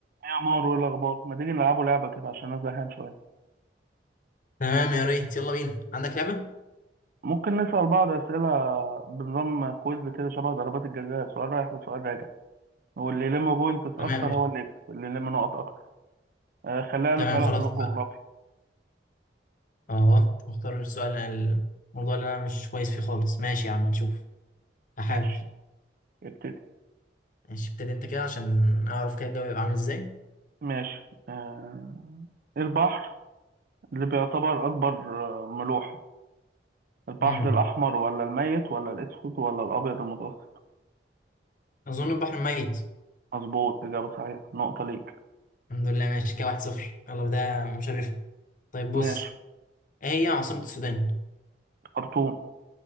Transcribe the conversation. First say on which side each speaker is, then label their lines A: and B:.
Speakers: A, on the right; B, on the left.
A: إيه يا مار وايه الاخبار ما تيجي نلعبوا لعبه كده عشان انا زهقان شويه
B: تمام يا ريت يلا بينا عندك لعبة؟
A: ممكن نسال بعض اسئله بنظام كويز كده شبه ضربات الجزاء سؤال رايح وسؤال راجع واللي يلم بوينتس
B: تمام
A: اكتر هو
B: يا-
A: اللي يكسب اللي يلم نقط اكتر آه خلينا
B: تمام
A: نسالها
B: خلاص
A: في الجغرافيا
B: بقى اه طب اختار السؤال الموضوع اللي انا مش كويس فيه خالص ماشي يا عم نشوف هحاول
A: ماشي ابتدي
B: ماشي ابتدي انت كده عشان اعرف كده الجو يبقى عامل ازاي
A: ماشي آه البحر اللي بيعتبر اكبر آه، ملوحه البحر
B: امم
A: الاحمر ولا الميت ولا الاسود ولا الابيض المتوسط
B: اظن البحر ميت
A: مظبوط اجابه صحيحه نقطه ليك
B: الحمد لله ماشي كده واحد صفر يلا بداية مشرفة طيب بص
A: ماشي
B: ايه هي عاصمة السودان؟
A: خرطوم